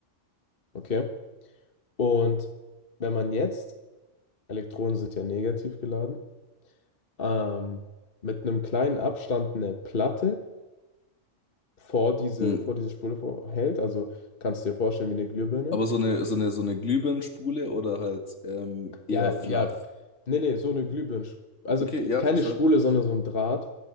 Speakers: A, on the left; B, on the left.
A: Okay? Und wenn man jetzt, Elektronen sind ja negativ geladen, ähm, mit einem kleinen Abstand eine Platte vor diese,
B: Mhm.
A: vor diese Spule vor, hält, also kannst du dir vorstellen wie eine Glühbirne.
B: Aber so eine, so eine, so eine Glühbirnenspule oder halt ähm,
A: Ja,
B: eher flach.
A: ja, nee, nee, so eine Glühbirne. Also
B: Okay,
A: ke-
B: ja,
A: keine
B: verstanden.
A: Spule, sondern so ein Draht.